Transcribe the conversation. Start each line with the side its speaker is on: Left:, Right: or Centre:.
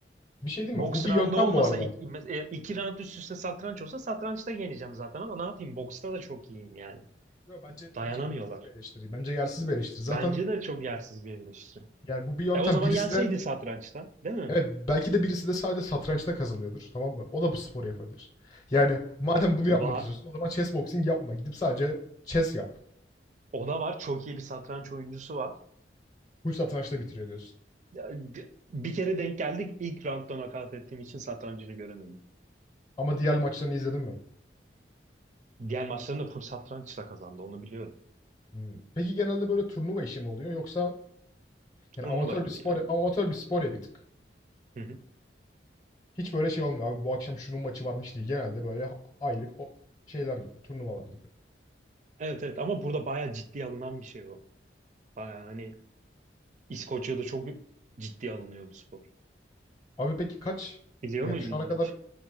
Left: Bir şey değil
Right: Boks
Left: mi? Bu bir
Right: roundu
Left: yöntem
Right: olmasa
Left: bu arada.
Right: iki, e, iki round üst üste satranç olsa satrançta yeneceğim zaten ama ne yapayım boksta da çok iyiyim yani.
Left: Yo, bence
Right: Dayanamıyorlar.
Left: bence yersiz bir eleştiri. Bence yersiz bir eleştiri. Zaten
Right: Bence de çok yersiz bir eleştiri.
Left: yani bu bir yöntem.
Right: E o zaman
Left: Birisi
Right: yenseydi
Left: de
Right: satrançta, değil mi?
Left: evet, belki de birisi de sadece satrançta kazanıyordur, tamam mı? O da bu sporu yapabilir. Yani madem bunu yapmak
Right: Var.
Left: istiyorsun o zaman chess boxing yapma. Gidip sadece chess yap.
Right: O da var. Çok iyi bir satranç oyuncusu var.
Left: Bu satrançta bitiriyor diyorsun.
Right: Ya, g- Bir kere denk geldik. İlk roundda nakat ettiğim için satrancını göremedim.
Left: Ama diğer maçlarını izledin mi?
Right: Diğer maçlarında full satrançla kazandı. Onu biliyorum.
Left: Hımm. Peki genelde böyle turnuva işi mi oluyor yoksa yani
Right: Turnuva
Left: amatör
Right: gibi
Left: bir spor
Right: ya.
Left: amatör bir spor ya bir tık.
Right: Hı hı.
Left: Hiç böyle şey olmuyor, abi bu akşam şunun maçı varmış değil. Genelde böyle ha aylık o şeyler gibi, turnuvalar gibi.
Right: Evet evet ama burada bayağı ciddiye alınan bir şey o. Bayağı hani İskoçya'da çok ciddiye alınıyor bu spor.
Left: Abi peki kaç
Right: Biliyor
Left: yani
Right: muydun
Left: şu ana
Right: bunu
Left: kadar
Right: hiç?